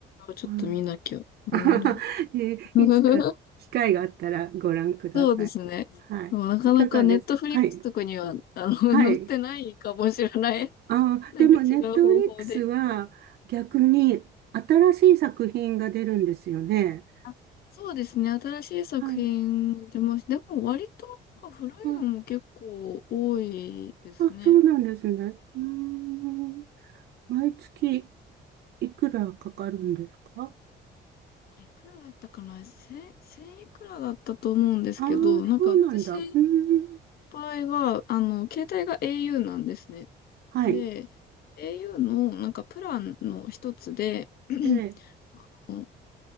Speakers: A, on the left (about 55°); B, on the right (about 60°).
A: ちょっと見なきゃ。
B: <laughs> はい。
A: うーん。
B: あははえいつか機会があったらご覧ください。
A: <laughs> そうですね。
B: はい。
A: でもなかなかネットフリックスとかには、
B: いかがですかはい。
A: あの、<laughs>
B: はい。
A: 載ってないかもしれない。
B: ああ、
A: なんか違う方法で。
B: でも、ネットフリックスは逆に新しい作品が出るんですよね。
A: あそうですね。新しい作品も出ました。
B: はい。
A: でも割となんか古いのも結構多いですね。
B: はい。あ、そうなんですね。うーん。毎月いくらかかるんですか
A: いくらだったかな千、千いくらだったと思うんですけど、
B: ああー、
A: なんか私
B: そうなんだ。うーん。
A: の場合は、あの、携帯が au なんですね。
B: はい。
A: で、au のをなんかプランの一つで、
B: ええ、
A: <clears throat> あの